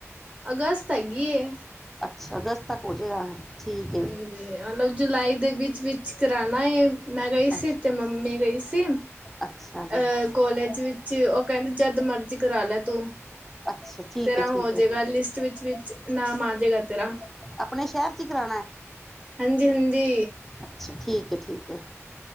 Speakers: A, on the right; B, in the centre.
A: ਅਗਸਤ ਹੈਗੀ ਏ।
B: ਅੱਛਾ ਅਗਸਤ ਤੱਕ ਹੋ ਜਾਏਗਾ, ਹੈ। ਠੀਕ
A: ਹਾਂਜੀ, ਮਤਲਬ ਜੁਲਾਈ ਦੇ ਵਿੱਚ ਵਿਚ ਕਰਾਉਣਾ ਹੈ। ਮੈਂ ਗਈ
B: ਅੱਛਾ,
A: ਸੀ ਤੇ ਮੰਮੀ ਗਈ ਸੀ ਅਹ
B: ਅੱਛਾ ਜੀ
A: ਕੋਲੇਜ ਵਿੱਚ ਉਹ ਕਹਿੰਦੇ ਜਦ ਮਰਜੀ ਕਰਾ ਲੈ ਤੂੰ
B: ਅੱਛਾ ਠੀਕ
A: ਤੇਰਾ
B: ਹੈ
A: ਹੋ
B: ਠੀਕ ਹੈ
A: ਜੇਗਾ ਲਿਸਟ ਵਿਚ ਵਿਚ ਨਾਮ ਆ ਜੇਗਾ ਤੇਰਾ
B: ਆਪਣੇ ਸ਼ਹਿਰ ਚ ਈ ਕਰਾਉਣਾ ਐ
A: ਹਾਂਜੀ ਹਾਂਜੀ
B: ਅੱਛਾ ਠੀਕ ਐ ਠੀਕ ਐ